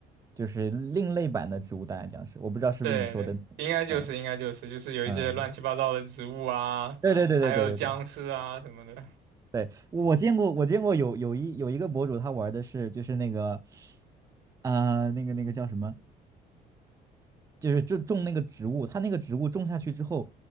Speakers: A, on the right; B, on the right.
A: 就是另类版的植物大战僵尸，我不知道是不是你说的，
B: 对对，应该就是应该就是就是有一些乱七八糟的植物啊，
A: 嗯嗯，对对对对对对对
B: 还有僵尸啊什么的，
A: 对，我见过我见过有有一有一个博主他玩的是就是那个啊、呃那个那个叫什么？就是就种那个植物，它那个植物种下去之后，